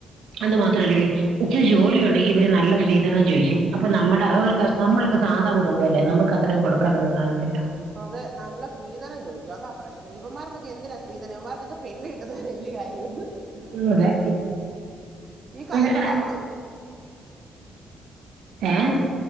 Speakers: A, on the right; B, on the right.
A: അത് മാത്രം അല്ലടി ഇച്ചിരി ജോലിയുണ്ടെങ്കി ഇവര് നല്ല സ്ത്രീധനവും ചോദിക്കും അപ്പൊ നമ്മുടെ അവരൊക്കെ നമ്മളൊക്കെ സാധാ കുടുംമ്പല്ലേ നമുക്ക് അത്രം ഒന്നും കൊടുക്കാനൊന്നും കാണത്തില്ല
B: അതെ നല്ല ശ്രീധനം ചോദിക്കു അതാ പ്രശ്നം ഇവമാർക്കൊകെ എന്തിനാ ശ്രീധനം ഇവമാർക്കൊകെ പെണ്ണ് കിട്ടത് വലിയ കാര്യം
A: ഉം, അതെ
B: ഈ
A: പക്ഷേ
B: കാലത്ത്
A: അല്ല,
B: പെണ്ണ
A: ഏഹ്